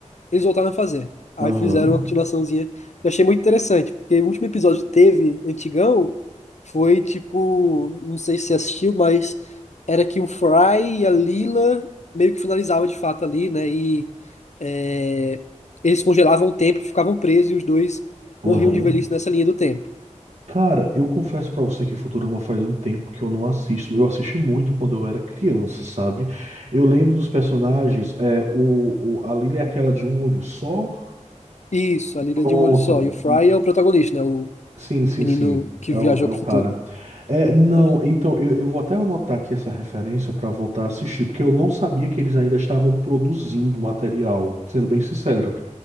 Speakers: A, on the left; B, on the right.
A: eles voltaram a fazer. Aí
B: Aham,
A: fizeram uma continuaçãozinha. Eu achei muito interessante, porque o último episódio que teve, antigão, foi tipo, não sei se você assistiu, mas era que o Fry e a Lila meio que finalizavam de fato ali, né? E é, eles congelavam o tempo, e ficavam presos e os dois morriam
B: aham.
A: de velhice nessa linha do tempo.
B: Cara, eu confesso pra você que Futurama faz um tempo que eu não assisto. Eu assisti muito quando eu era criança, sabe? Eu lembro dos personagens. É, o, o- a Lily é aquela de um olho só.
A: Isso, a Líder
B: Pronto.
A: de um Olho Só. E o Fry é o protagonista, né? O
B: Sim, sim,
A: menino
B: sim.
A: que
B: É
A: viajou
B: o, é
A: pro
B: o cara.
A: futuro.
B: É, não,
A: É,
B: então, eu, eu vou até anotar aqui essa referência para voltar a assistir, porque eu não sabia que eles ainda estavam produzindo material, sendo bem sincero.